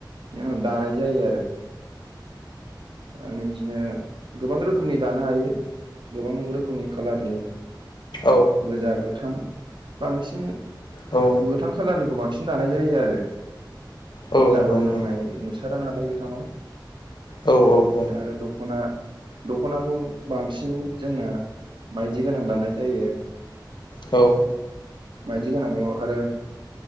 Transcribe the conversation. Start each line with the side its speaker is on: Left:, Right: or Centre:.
Right: बेनि उनाव दानाय जायो आरो ओ बिदिनो गोबां रोखोमनि दानो हायो गोबां रोखोमनि खालारनि
Left: औ
Right: गोजा गोथां बांसिन
Left: औ
Right: गोथां खालारनिखौ बांसि बांसिन दानाय जायो आरो
Left: औ
Right: मैलाबो
Left: नंगौ नोंथां
Right: नांनाय नुसारा नालाय गोथाङाव
Left: औ औ
Right: आरो दख'ना दख'नाखौ बांसिन जोंना मायदि गोनां दानाय जायो
Left: औ
Right: मायदि गोनां आरो